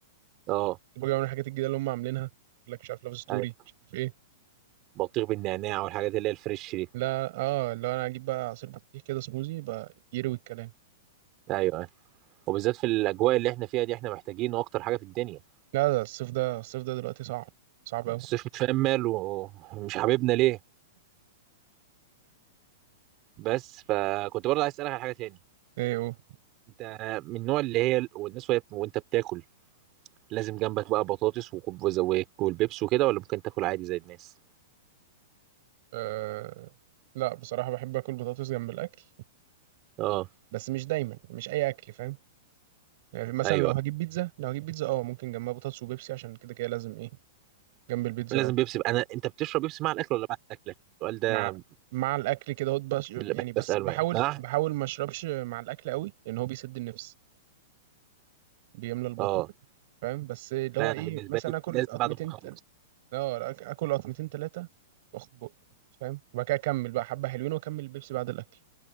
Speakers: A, on the right (about 35°); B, on the right (about 55°).
A: اه
B: بجيب من الحاجات الجديده اللي هم عاملينها يقول لك مش عارف لاف ستوري
A: ايوه
B: مش عارف ايه
A: بطيخ بالنعناع والحاجات اللي هي الفريش دي
B: لا اه اللي هو انا اجيب بقى عصير بطيخ كده سموزي بقى يروي الكلام
A: ايوه ايوه وبالذات في الاجواء اللي احنا فيها دي احنا محتاجينه اكتر حاجة في الدنيا
B: لا ده الصيف ده الصيف ده دلوقتي صعب صعب قوي
A: الصيف مش فاهم ماله ومش حبيبنا ليه بس فكنت برضه عايز اسألك على حاجة تاني
B: ايه هو
A: انت من النوع اللي هي والناس وهي- وانت بتاكل لازم جنبك بقى بطاطس وكوب- وزواك والبيبس وكده ولا ممكن تاكل عادي زي الناس
B: أه لا بصراحة بحب أكل بطاطس جنب الأكل
A: اه
B: بس مش دايما مش أي أكل فاهم يعني مثلا
A: ايوه
B: لو هجيب بيتزا لو هجيب بيتزا أه ممكن جنبها بطاطس وبيبسي عشان كده كده لازم إيه جنب البيتزا
A: لازم
B: أه
A: بيبسي بقى. انا انت بتشرب بيبسي مع الاكل ولا بعد الاكل السؤال ده
B: مع مع الأكل كده هوت بس يعني
A: اللي بحب
B: بس
A: اساله
B: بحاول
A: يعني مع
B: بحاول ما أشربش مع الأكل قوي لأن هو بيسد النفس بيملى البطن
A: اه
B: فاهم بس اللي هو
A: لا
B: إيه
A: انا بالنسبه
B: مثلا
A: لي
B: آكل
A: لازم
B: قطمتين
A: بعد ما اخلص
B: تل- أه آك- آكل قطمتين تلاتة وآخد بق فاهم وبعد كده أكمل بقى حبة حلوين وأكمل البيبسي بعد الأكل